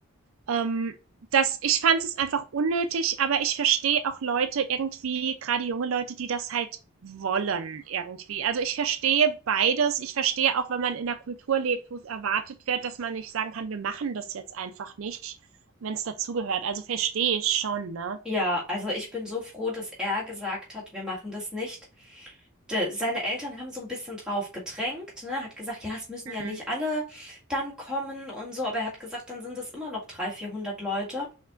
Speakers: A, on the right (about 70°); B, in the centre.
A: ähm, das ich fand es einfach unnötig, aber ich verstehe auch Leute irgendwie, gerade junge Leute, die das halt wollen irgendwie. Also, ich verstehe beides. Ich verstehe auch, wenn man in 'ner Kultur lebt, wo es erwartet wird, dass man nicht sagen kann: „Wir machen das jetzt einfach nicht“, wenn wenn's dazugehört. Also, verstehe ich schon, ne?
B: Ja, also ich bin so froh, dass er gesagt hat, wir machen das nicht. De, seine Eltern haben so ein bisschen drauf gedrängt, ne, hat gesagt, ja, es müssen
A: Mhm.
B: ja nicht alle dann kommen und so, aber er hat gesagt, dann sind es immer noch 300, 400 Leute.